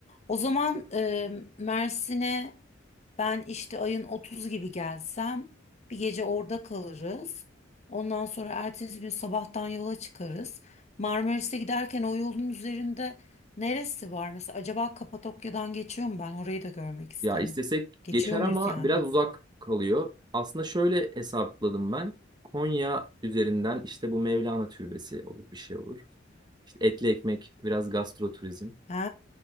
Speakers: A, on the left; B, on the right.
A: O zaman e, Mersin'e ben işte ayın 30 gibi gelsem bir gece orada kalırız. Ondan sonra ertesi gün sabahtan yola çıkarız. Marmaris'e giderken o yolun üzerinde neresi var? Mesela acaba Kapadokya'dan geçiyor mu ben? Orayı da görmek isterim.
B: Ya istesek
A: Geçiyor
B: geçer
A: muyuz
B: ama
A: yani?
B: biraz uzak kalıyor. Aslında şöyle hesapladım ben. Konya üzerinden işte bu Mevlana Türbesi olur bir şey olur. İşte etli ekmek, biraz gastro turizm.
A: Ha,